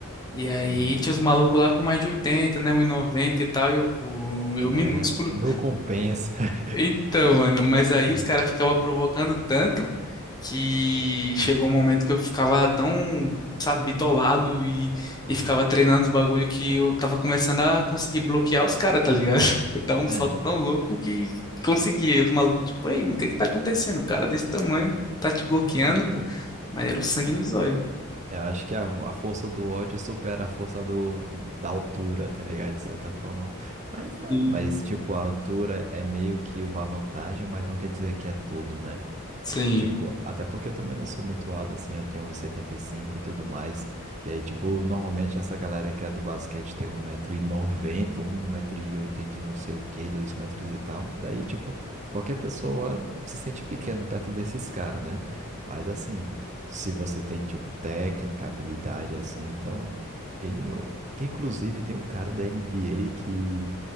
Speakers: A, on the left (about 20°); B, on the right (about 35°).
A: E aí
B: Uhum.
A: tinha os malucos lá com mais de 80, né? Um 1,90 e tal. E eu, pô, eu
B: Né?
A: minúsculo.
B: Não compensa. <laughs>
A: Então, mano, mas aí
B: Aham.
A: os caras ficavam provocando tanto. que chegou um momento que eu ficava tão, sabe, bitolado e,
B: Aham.
A: e ficava treinando os bagulho que eu tava começando a conseguir bloquear os caras, tá ligado? <laughs> Dar um
B: É,
A: salto
B: tipo,
A: tão louco que conseguia E os malucos, tipo, ei, mano, o que que tá acontecendo? O cara desse tamanho tá te bloqueando,
B: é, então.
A: pô. Mas era o sangue
B: é,
A: nos olhos.
B: É, Eu acho que a, a força do ódio supera a força do, da altura, tá ligado? De certa forma. Mas, é,
A: Sim.
B: mas, tipo, a altura é meio que uma vantagem, mas não quer dizer que é tudo, né?
A: Sim.
B: Tipo, até porque eu também não sou muito alto, assim, eu tenho um e setenta e e cinco e tudo mais. E aí, tipo, normalmente essa galera que é do basquete tem um metro e noventa, um metro e oitenta e não sei o quê, 2 metros e tal. Daí, tipo, qualquer pessoa se sente pequeno perto desses caras, né? Mas assim. Se você tem, tipo, técnica, habilidade assim, então game over. Que inclusive tem um cara da NBA que